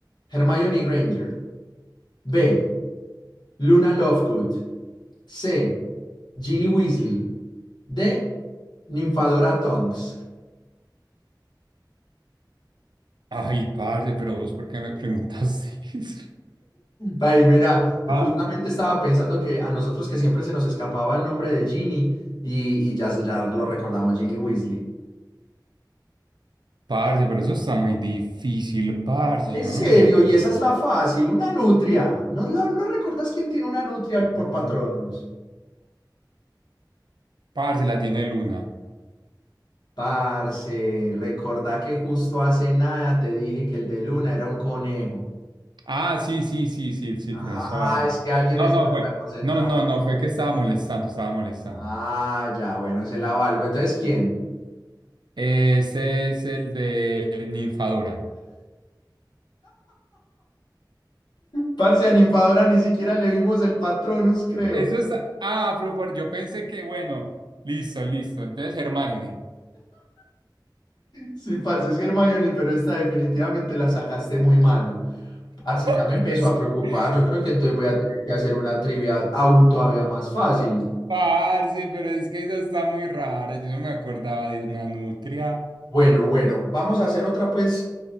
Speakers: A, on the left; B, on the right.
A: Hermione Granger. B. Luna Lovegood. C. Ginny Weasley. D. Ninfadora Tonks.
B: Ay, parce, pero vos, ¿por qué me <laughs> preguntaste eso?
A: Ay, mira,
B: Ah,
A: justamente estaba pensando que a nosotros que siempre se nos escapaba el nombre de Ginny y, y ya, ya lo recordamos, Ginny Weasley.
B: parce, pero eso está muy difícil, parce,
A: En
B: yo
A: serio,
B: no me acuerdo.
A: y esa es la fácil, una nutria. ¿No, lo- no recuerdas quién tiene una nutria
B: Mm,
A: por Patronus?
B: Parce, la tiene Luna.
A: Parce, recordá que justo hace nada te dije que el de Luna era un conejo.
B: Ah, sí, sí, sí, sí, sí,
A: Ah,
B: tenés toda la razón.
A: es que alguien
B: No,
A: es-
B: no,
A: no está
B: fue,
A: concentrado.
B: no, no, no, fue que estaba molestando, estaba molestando.
A: Ah, ya, bueno, se la valgo. Entonces, ¿quién?
B: Ese es el de Ninfadora.
A: Parce, a Ninfadora ni siquiera le vimos el Patronus, creo.
B: Eso es. Ah, pero por- yo pensé que, bueno, listo, listo. Entonces, Hermione.
A: Sí, parce, es Hermione, pero esta definitivamente la sacaste muy mala. Parce, ya
B: <laughs>
A: me empezó a preocupar. Yo creo que entonces voy a tener que hacer una trivia aún todavía más fácil.
B: Parce, pero es que eso está muy raro. Yo no me acordaba de una nutria.
A: Bueno, bueno, vamos a hacer otra, pues.